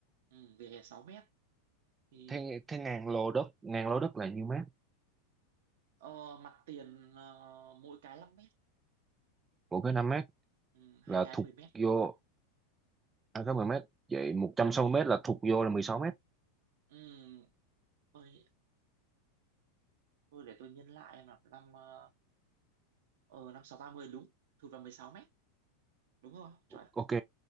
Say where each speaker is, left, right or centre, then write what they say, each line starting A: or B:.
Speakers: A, on the right; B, on the right.
A: ừ, vỉa hè 6 mét thì
B: thế thế ngàn lô đất ngàn lô đất là nhiêu mét
A: ờ, mặt tiền ờ, mỗi cái 5 mét
B: của cái năm mét
A: ừ, hai
B: là
A: cái
B: thuộc
A: 10 mét
B: vô à, cái mười mét vậy một trăm sáu mươi mét là thuộc vô là mười sáu mét
A: ừ, tôi, tôi để tôi nhân lại em nào năm ờ, ờ, năm sáu ba mươi đúng thụt vào 16 mét đúng rồi chuẩn
B: ok